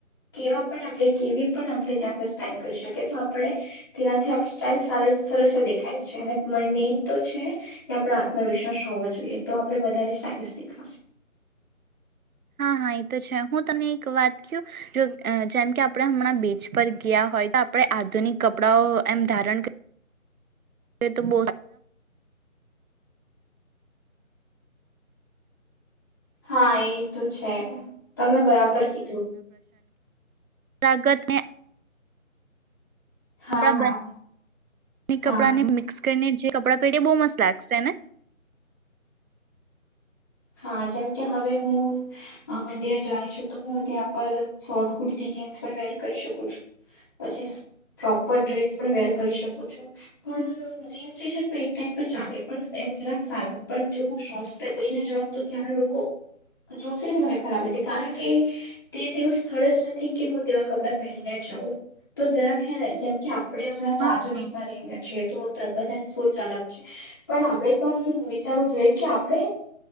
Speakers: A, on the left (about 15°); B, on the right (about 80°).
A: કેવા પણ આપણે કેવી પણ આપણે ત્યાં સા સ્ટાઇલ કરી શકીએ, તો આપણે તેનાથી આપણી સ્ટાઇલ સાર સરસ દેખાય છે, અને મ મેન તો છે કે આપડો આત્મવિશ્વાસ હોવો જોઈ એ તો આપડે વધારે સ્ટઇલ દેખાશું.
B: હા હા એ તો છે હું તને એક વાત ક જો જેમ કે આપણે હમણાં બીચ પર ગયા હોય તો આપણે આધુનિક કપડાઓ એમ ધારણ તો બ.
A: હા એ તો છે. તમે બરાબર કીધું.
B: લાગત હે.
A: હા
B: કપડા
A: હા
B: બ કપડા
A: હા
B: ને મિક્સ. જે કપ પહે બ મ લ.
A: હા જેમ કે હવે હું મંદિરે જાણી છું. તો હું ત્યા પર. શોર્ટ કુર્તી જીન્સ પણ વેર કરી શકું છું પછી પ્રોપર ડ્રેસ પણ વેર કરી શકું છું પણ જીન્સ ટી શર્ટ પણ એક ટાઈમ પર ચાલે પણ એમ જરાક સારું પણ જો હું શોર્ટસ પહેરીને જં. તો ત્યાંના લોકો જોશે જ મને ખરાબ કારણ કે તે તેવું સ્થળ જ નથી કે હું તેવા કપડાં પહેરીને જાઉં તો જરાે ને જેમ કે. આપણે હમણાં તો
B: હા
A: આધુનિકમાં
B: હા
A: રહી ગ્યા છીએ તો. બધાની સોચ અલગ છે પણ આપણે પણ વિચારવું જોઈએ કે આપણે.